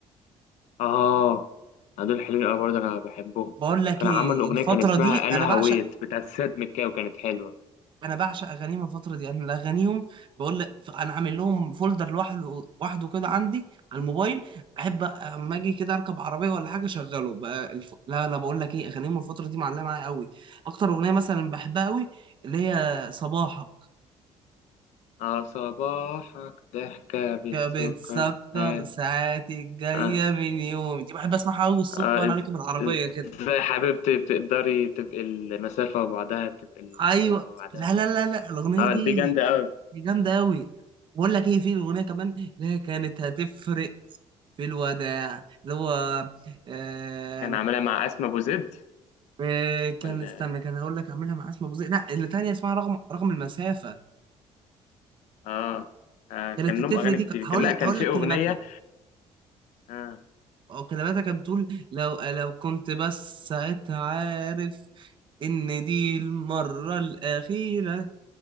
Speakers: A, on the left; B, on the right.
A: اه آه، دول حلوين قوي برضه انا بحبهم
B: بقول لك
A: كان
B: ايه
A: عمل اغنيه
B: الفتره
A: كان اسمها
B: دي
A: انا
B: انا بعشق
A: هويت بتاعت سيد مكاوي كانت حلوه
B: انا بعشق اغانيهم الفتره دي انا اغانيهم بقول لك انا عامل لهم فولدر لوحده لوحده كده عندي على الموبايل احب اما اجي كده اركب عربيه ولا حاجه اشغله بقى الف... لا لا بقول لك ايه اغانيهم الفتره دي معلقه معايا قوي اكتر اغنيه مثلا بحبها قوي اللي هي صباحك
A: اه صباحك ضحكة بتسكر
B: يا بتسكر
A: حال
B: ساعاتي الجايه
A: اه
B: من يوم دي بحب اسمعها قوي الصبح
A: اه
B: وانا
A: إز...
B: راكب العربيه كده
A: ازاي حبيبتي بتقدري تبقي المسافة وبعدها تبقى الحياة
B: ايوه
A: وبعدها
B: لا
A: تبقى
B: لا لا
A: ال...
B: لا الاغنيه
A: اه
B: دي
A: دي جامدة أوي
B: دي جامدة أوي بقول لك إيه في أغنية كمان اللي هي كانت هتفرق في الوداع اللي هو آه
A: كان عاملها مع أسماء أبو زيد
B: آه كان
A: ولا
B: استنى كان هقول لك أعملها مع اسم أبو زيد لا اللي تانية اسمها رغم رغم المسافة
A: اه, آه كان
B: كانت هتفرق
A: لهم أغاني
B: دي
A: كتير
B: ك- هقول
A: كان لأ
B: لك
A: كان
B: هقول
A: في
B: لك
A: أغنية
B: كلماتها
A: اه
B: أو كلماتها كانت بتقول لو لو كنت بس ساعتها عارف إن دي المرة الأخيرة